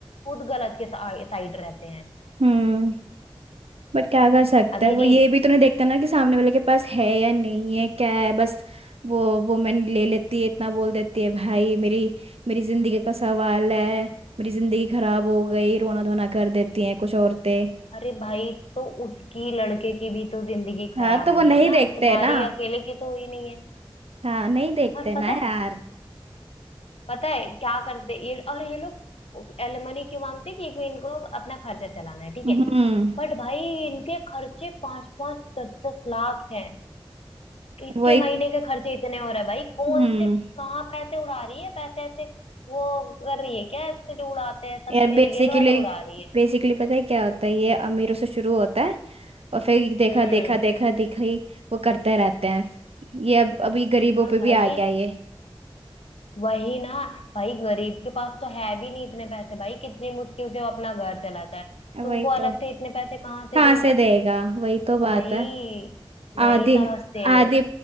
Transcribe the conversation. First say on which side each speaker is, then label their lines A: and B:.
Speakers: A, on the left (about 80°); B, on the right (about 80°).
A: खुद गलत के साइड रहते हैं
B: हम्म बट क्या कर सकते
A: अभी
B: हैं वो
A: रीच
B: ये भी तो नहीं देखते ना कि सामने वाले के पास है या नहीं है क्या है बस वो वुमेन ले लेती है इतना बोल देती है भाई मेरी मेरी जिंदगी का सवाल है मेरी जिंदगी खराब हो गई रोना धोना कर देती हैं कुछ औरतें
A: अरे भाई तो उसकी लड़के की भी तो जिंदगी
B: हाँ
A: खराब
B: तो वो
A: हुई
B: नहीं
A: है ना
B: देखते
A: तुम्हारी
B: हैं ना
A: अकेले की तो हुई नहीं है
B: हाँ नहीं देखते
A: और
B: ना
A: पता
B: यार
A: है पता है क्या करते ये और ये लोग एलिमनी क्यों मांगते कि कोई इनको अपना खर्चा चलाना है ठीक
B: हम्म
A: है बट भाई इनके खर्चे पांच पांच दस दस लाख हैं इसके
B: वही
A: महीने के खर्चे इतने हो रहे हैं भाई कौन
B: हम्म
A: से कहाँ पैसे उड़ा रही है पैसे ऐसे वो कर रही है क्या ऐसे जो उड़ाते हैं सच
B: यार
A: में
B: बेसिकली
A: रियल वाला उड़ा रही है
B: बेसिकली पता है क्या होता है ये अमीरों से शुरू होता है और फिर देखा
A: हम्म
B: देखा देखा देखा ही वो करते रहते हैं ये अब अभी गरीबों
A: और
B: पे
A: भाई
B: भी आ गया ये
A: वही ना भाई गरीब के पास तो है भी नहीं इतने पैसे भाई कितनी मुश्किल से वो अपना घर चलाता है तुमको
B: वही तो
A: अलग से इतने पैसे कहाँ से
B: कहाँ
A: देगा
B: से देगा वही तो बात
A: भाई
B: है आधे
A: नहीं समझते
B: आधे
A: लोग